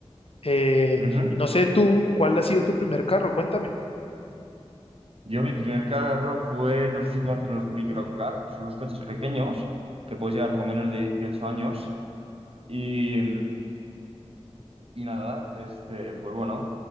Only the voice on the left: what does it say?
Eh,
y no sé tú, ¿cuál ha sido tu primer carro? Cuéntame.